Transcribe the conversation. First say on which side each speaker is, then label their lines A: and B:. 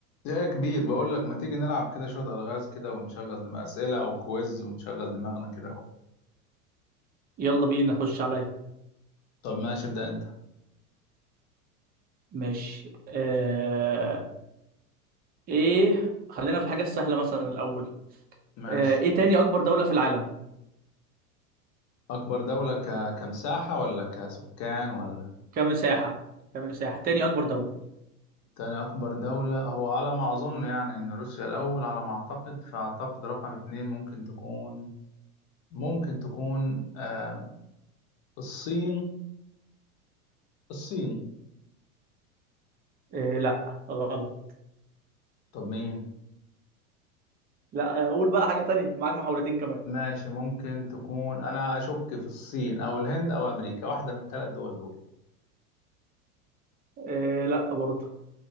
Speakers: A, on the left; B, on the right.
A: يا كبير بقول لك ما تيجي نلعب كده شوية ألغاز كده ونشغل دماغ أسئلة أو كويز ونشغل دماغنا كده و...
B: يلا بينا نخش عليا
A: طب ماشي ابدأ أنت
B: ماشي آه... ايه خلينا في الحاجة السهلة مثلا الأول
A: ماشي
B: آه... ايه تاني أكبر دولة في العالم
A: أكبر دولة ك... كمساحة ولا كسكان ولا
B: كمساحة كمساحة تاني أكبر دولة
A: تاني أكبر دولة هو على ما أظن يعني إن روسيا الأول على ما أعتقد فأعتقد رقم اتنين ممكن تكون ممكن تكون آه... الصين الصين
B: آه... لا غلط
A: طب مين
B: لا آه، قول بقى حاجة تانية معاك محاولتين كمان
A: ماشي ممكن تكون أنا أشك في الصين أو الهند أو أمريكا واحدة من الثلاث دول دول
B: آه... لا برضه